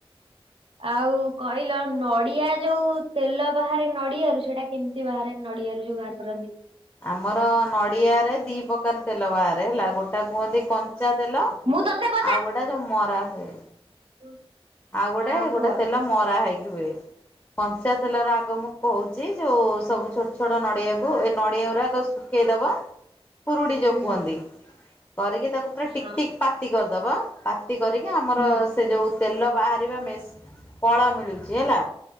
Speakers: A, on the right; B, on the left.
A: ଆଉ କହିଲ ନଡିଆ ଯୋଉ ତେଲ ବାହାରେ ନଡିଆରୁ ସେଇଟା କେମିତି ବାହାରେ ନଡିଆରୁ ଯୋଉ ବାହାର କରନ୍ତି?
B: ଆମର ନଡିଆରେ ଦି ପ୍ରକାର ତେଲ ବାହାରେ ହେଲା ଗୋଟେ କୁହନ୍ତି କଞ୍ଚା ତେଲ।
A: ମୁଁ ତାକୁ ଏବେ
B: ଆଉ ଗୋଟେ ଯୋଉ ମରା ହୁଏ।
A: ହୁଁ
B: ଆଉ ଗୋଟେ
A: ହଁ
B: ଗୋଟେ
A: କୁହ
B: ତେଲ ମରା ହେଇକି ହୁଏ। କଞ୍ଚା ତେଲ ର ଆଗ ମୁଁ କୋହୁଚି ଯୋଉ ସବୁ ଛୋଟ ଛୋଟ ନଡିଆ ଏ ନଡିଆ ଗୁଡିଉରାକ ଶୁଖେଇଦବ କୁରୁଡି ଯୋଉ
A: ହୁଁ
B: କୁହନ୍ତି କରିକି ତାକୁ ପୁରା
A: ହଁ
B: ଟିକ ଟିକ ପାତି କରିଦବ ପାତି କରିକି ଆମର
A: ହୁଁ
B: ସେ ଯୋଉ ତେଲ ବାହାରିବା ମେସି କଳା ମିଳୁଚି ହେଲା